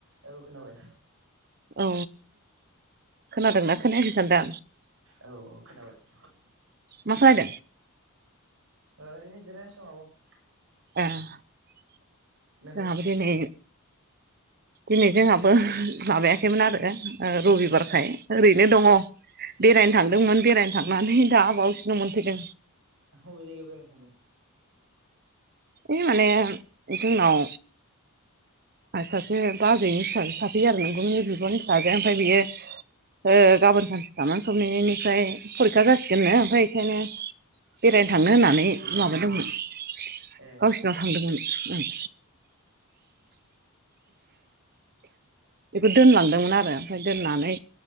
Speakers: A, on the right; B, on the right.
A: औ खोनाबाय
B: अ खोनादोंना खोनायाखै होनदां?
A: औ औ खोनाबाय ।
B: मा खालायदों
A: ओरैनो जिरायसो दं आब' ।
B: ए ।
A: नोंहालाय
B: जाहाबो
A: मा खालामदों
B: दिनै दिनै जोंहाबो माबायाखैमोन आरो रबिबारखाय ओरैनो दङ बेरायनो थांदोंमोन बेरायनो थांनानै दा बावसो न' मोनफैदों ।
A: बबे जायगायाव बेरायनो थांदों
B: ओइ माने जोंनाव आरो सासे बाजैनि फिसाजो सासे आरो नोंगुमैनि बिब'नि फिसाजो ओमफ्राय बियो ओ गाबोन सानसे थानानै सबनेयानिफ्राय फरिखा जासिगोननो ओमफ्राय बेखायनो बेरायनो थांनो होननानै माबादोंमोन
A: ए
B: गावसिनाव थांदोंमोन । बेखौ दोनलांदोंमोन आरो । ओमफ्राय दोननानै